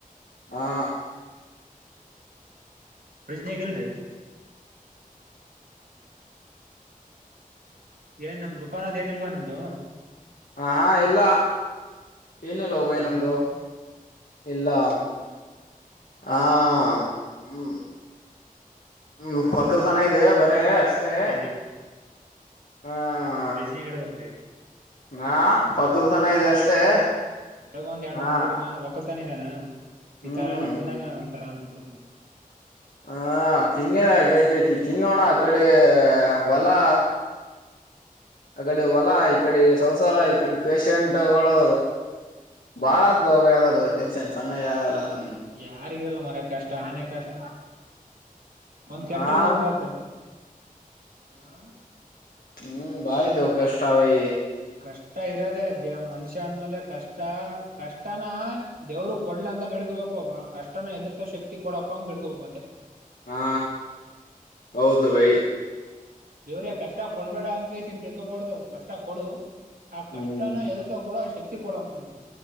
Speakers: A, on the left (about 80°); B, on the right (about 80°).
A: ಹಾ
B: ಫ್ರಿಜಿನಾಗಿಲ್ರಿ ಏನ್ ನಮ್ ದುಕಾನದೆನಿಲ್ವಾ ನಿಮ್ದು?
A: ಅ ಹಾ ಎಲ್ಲ ಏನಿಲ್ವ
B: ಹೌದಾ
A: ಬೈ ನಮ್ದು. ಇಲ್ಲ
B: ಹ್ಮ
A: ಆ ಹ್ಮ ಹ್ಮ ಹೊಕಲ್ಸನ ಇದೆ ಬರೇ ಅಷ್ಟೇ.
B: ಆಂಟಿ
A: ಹಾ
B: ಫ್ರಿಜ್ ನಾಗ್ ಇಡ್ಬೇಕ್ರೀ
A: ನಾ ಹೊಕಲ್ತನ ಇದೆ ಅಷ್ಟೇ.
B: ಹೊರಗ ಒಂದ್ ಎರಡ್
A: ಹಾ
B: ಮೂರ್ ಇಡ್ಬ ಹೊಕ್ಕಲ್ತನ ಇದೆನ?
A: ಹ್ಮ್
B: ಈ ತರ ಅಂದ್ರೆ ತಿನ್ನಾಗ ಒಂತರ ಅನ್ಸ್ಬಿಡತ್ ನೋಡು.
A: ಹ ಕಿಂಗಿನ ಅ ಕಿ ಕಿ ಕಿಂಗೋಣ ಆ ಕಡಿ ಹೊಲಾ ಅ ಕಡೆ ಒಲಾ ಇಕಡೆ ಸಂಸಾರ ಈ ಕಡೆ ಪೆಷೆಂಟ್ಗಳು ಬಾಳತ್ <unintelligible> ಯಾರ್ದ ಟೆನ್ಷನ್. ಸಣ್ಣಗೆ ಆಯಲ್ಲ ನಮ್
B: ಯಾರಿಗಿರಲ್ಲ ಮರಯ ಕಷ್ಟ ಆನೆ ಕಷ್ಟ ಒಂದ್ ಕೆಟ್ರಗನ್ನೊಂದ್
A: ಹಾವ
B: ಬರ್ತರಿ. ಹಾ
A: ಹ್ಮ್ ಬಾಳಿದ್ದವ ಕಷ್ಟ ಬೈ
B: ಕಷ್ಟ ಇರದೆ ಜೀವ ಮನುಷ್ಯ ಅಂದ್ಮೇಲೆ ಕಷ್ಟ ಕಷ್ಟನ ದೇವರು ಕೊಡ್ಲ ಅಂತ ಬೇಡ್ಕೋಬೇಕು ಆ ಕಷ್ಟನ ಎದುರ್ಸೋ ಶಕ್ತಿ ಕೊಡಪ್ಪ ಅಂತ್ ಬಿಡ್ಕೋಬೇಕ್ ಮತ್ತ.
A: ಹಾ ಹೌದು ಬೈ
B: ದೇವ್ರೆ ಕಷ್ಟ ಕೊಡ್ಬೇಡ ಅಂತಕೇಸಿನ್ ಕೇಳ್ಕೋಬಾರ್ದು ಕಷ್ಟ ಕೊಡು ಆ ಕಷ್ಟನ
A: ಹ್ಮ್
B: ಎದುಸೋ ಕೂಡ ಶಕ್ತಿ ಕೊಡು ಅಂತನ್ <unintelligible>